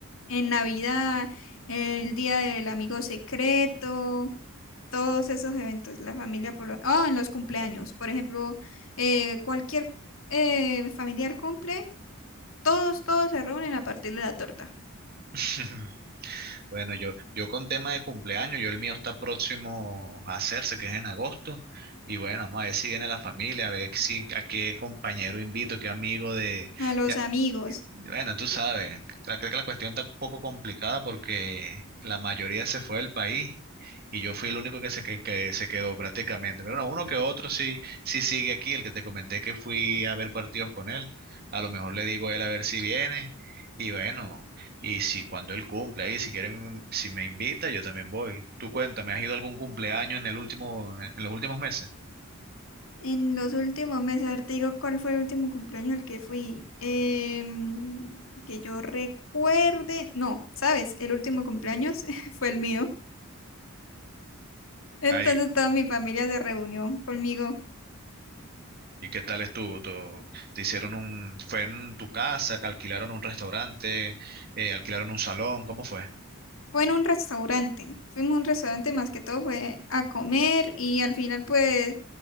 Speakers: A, on the left (about 65°); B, on the right (about 45°).
A: en Navidad, el Día del Amigo Secreto, todos esos eventos, la familia por lo... Oh, en los cumpleaños, por ejemplo, eh, cualquier eh, familiar cumple, todos, todos se reúnen a partir de la torta,
B: <laughs> Bueno, yo, yo con tema de cumpleaños, yo el mío está próximo a hacerse, que es en agosto. Y bueno, vamos a ver si viene la familia, a ver si, a qué compañero invito, qué amigo de...
A: a los
B: ya-
A: amigos.
B: Bueno, tú sabes, cre- creo que la cuestión está un poco complicada porque la mayoría se fue del país y yo fui el único que se, que, que se quedó prácticamente. Pero no, uno que otro sí, sí sigue aquí, el que te comenté que fui a ver partidos con él. A lo mejor le digo a él a ver si viene y bueno, y si cuando él cumple ahí, si quiere, mm, si me invita, yo también voy. Tú cuéntame, ¿has ido a algún cumpleaños en el último, en los últimos meses?
A: En los últimos meses, a ver, te digo cuál fue el último cumpleaños al que fui. Em, que yo recuerde, no, ¿sabes? El último cumpleaños <laughs> fue el mío. Entonces
B: Ay,
A: toda mi familia se reunió conmigo.
B: ¿Y qué tal estuvo? ¿Tú- ¿Te hicieron un... ¿Fue en tu casa? que ¿Alquilaron un restaurante? Eh, ¿alquilaron un salón? ¿Cómo fue?
A: Fue en un restaurante. Fuimos a un restaurante más que todo, fue a comer y al final pues,